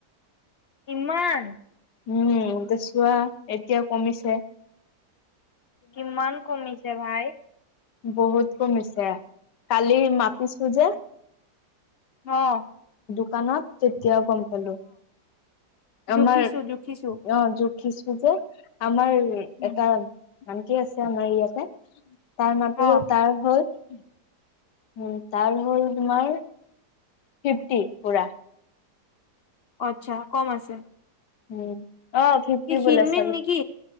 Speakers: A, on the left; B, on the left.
A: ইমান
B: উম চোৱা এতিয়া কমিছে
A: কিমান কমিছে ভাই
B: বহুত কমিছে কালি মাপিছো যে
A: অহ
B: দোকানত তেতিয়া কম পালো আমাৰ
A: জুখিছো জুখিছো
B: অ যো খিচুযে আমাৰ উ
A: উম,
B: এটা ধান কি আছে আমাৰ ইয়াতে তাৰ মাপহও
A: অ'।
B: তাৰ হল উম উম তাৰ হল তোমাৰ ফিফটি পুৰা
A: আচ্ছা কম আছে
B: উম অ ফিফটি
A: কি ক্ষীণমিন
B: বুলি চৰি
A: নেকি